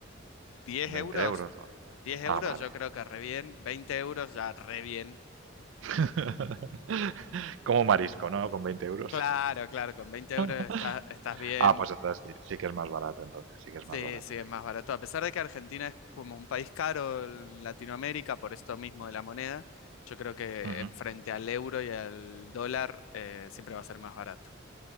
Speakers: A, on the left; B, on the right.
A: 10
B: 20
A: euros,
B: euros. ¿no?
A: diez
B: Ah,
A: euros
B: vale.
A: yo creo que re bien, 20 euros ya re bien.
B: <laughs> Como marisco, ¿no? Con veinte euros.
A: Claro, claro, con 20 euros
B: <laughs>
A: estás, estás bien.
B: Ah, pues entonces sí, sí que es más barato, entonces, sí que es
A: Sí,
B: más barato
A: sí,
B: que
A: es
B: aquí.
A: más barato. A pesar de que Argentina es como un país caro en Latinoamérica, por esto mismo de la moneda, yo creo que
B: Ujú.
A: eh, frente al euro y al dólar eh, siempre va a ser más barato.